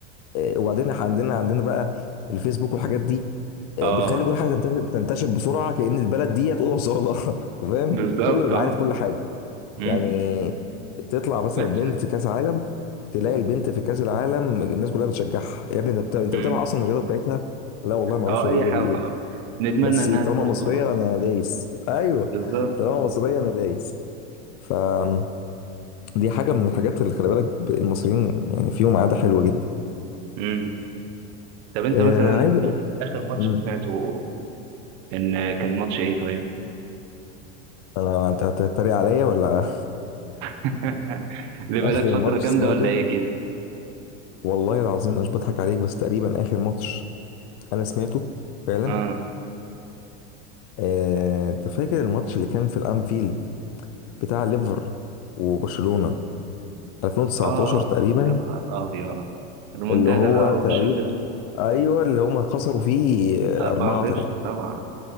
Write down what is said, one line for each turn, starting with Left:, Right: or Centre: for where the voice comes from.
Left: آه، وبعدين إحنا عندنا عندنا بقى الفيسبوك والحاجات دي آه،
Right: اه
Left: بتخلي كل حاجه تنتشر تنتشر بسرعه كأن البلد دي هتقول صاله <laughs> فاهم
Right: بالظبط
Left: كله يبقى
Right: اه
Left: عارف كل حاجه
Right: امم
Left: يعني تطلع مثلا
Right: ماشي
Left: بنت
Right: بس
Left: كاس عالم تلاقي البنت في كاس العالم الناس كلها بتشجعها يا ابني انت بتا- انت
Right: امم
Left: بتابع اصلا الرياضه بتاعتها لا والله ما
Right: اه
Left: اعرفش
Right: اي
Left: الرياضه
Right: حاجة
Left: دي
Right: خلاص
Left: ايه
Right: نتمنى
Left: بس
Right: انها
Left: طالما
Right: تفوز
Left: مصريه
Right: وخلاص
Left: انا دايس ايوه
Right: بالظبط
Left: طالما مصريه انا دايس فدي حاجه من الحاجات اللي خلي بالك ب- المصريين يعني فيهم عاده حلوه جدا
Right: امم طب انت
Left: آه
Right: مثلا
Left: عايز اقول
Right: يعني اخر ماتش
Left: مم.
Right: سمعته كان كان ماتش ايه طيب
Left: انا انت هتتريق عليا ولا
Right: <laughs> اللي
Left: <laughs>
Right: بقالك
Left: اخر
Right: فترة
Left: ماتش
Right: جامدة
Left: سمعته
Right: ولا ايه كده؟
Left: والله العظيم انا مش بضحك عليك بس تقريبا اخر ماتش انا سمعته فعلا
Right: اه
Left: آه، انت فاكر الماتش اللي كان في الانفيلد بتاع ليفر وبرشلونة 2019
Right: اه
Left: تقريبا
Right: يا نهار ابيض المنتدى
Left: اللي هو
Right: بقى والشغل
Left: تقريبا
Right: ده
Left: ايوه اللي هما خسروا فيه
Right: 4
Left: 4
Right: 0
Left: 3
Right: طبعا